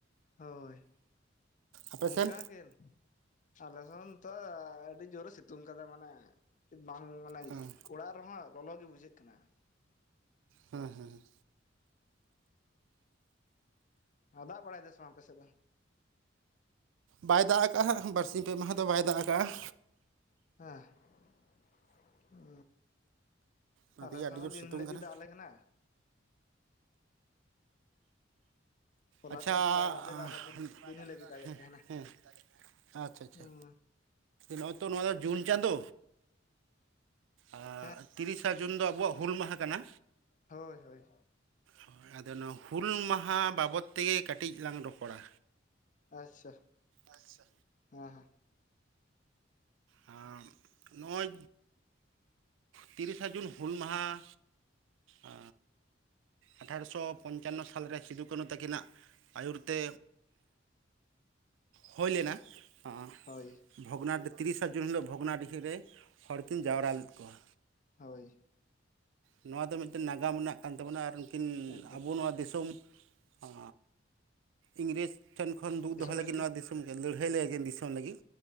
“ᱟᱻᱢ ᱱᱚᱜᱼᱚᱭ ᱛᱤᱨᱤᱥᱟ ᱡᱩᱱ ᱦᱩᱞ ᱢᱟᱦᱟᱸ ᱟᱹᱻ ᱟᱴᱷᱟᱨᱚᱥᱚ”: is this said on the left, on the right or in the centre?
Right